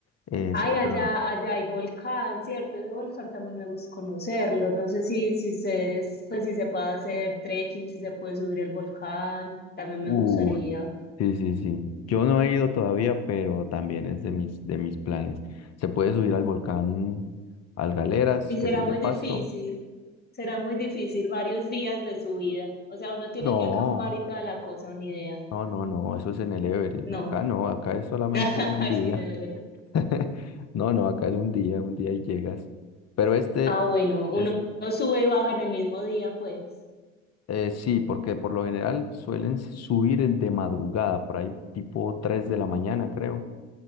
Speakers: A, on the left (about 45°); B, on the left (about 25°).
A: eh,
B: Ay,
A: cerca.
B: allá, allá hay volcán, ¿cierto? Ese volcán también me gusta conocerlo. No sé si, si se, pues, si se puede hacer trekking, si se puede subir el volcán, también me
A: Uh,
B: gustaría.
A: sí, sí, sí. Yo no he ido todavía, pero también es de mis, de mis planes. Se puede subir al volcán Algaleras,
B: Y
A: que
B: será
A: es el
B: muy
A: de Pasto.
B: difícil, será muy difícil varios días de subida. O sea, uno tiene
A: No.
B: que acampar y toda la cosa, una idea.
A: No, no, no, eso es en el Everest.
B: No,
A: Acá no, acá es solamente
B: <laughs> es
A: un día.
B: que no lo veré.
A: <laughs> No, no, acá es un día, un día y llegas. Pero este
B: Ah, bueno, uno,
A: es
B: uno sube y baja en el mismo día, pues.
A: eh, sí, porque por lo general suelen subir el de madrugada, por ahí tipo 3 de la mañana, creo,